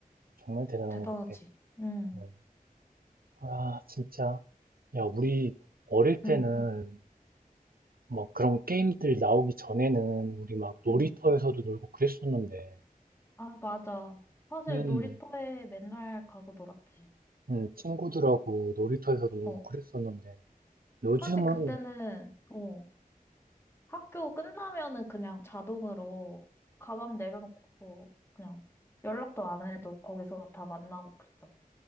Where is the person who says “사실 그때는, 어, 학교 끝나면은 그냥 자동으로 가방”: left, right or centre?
Left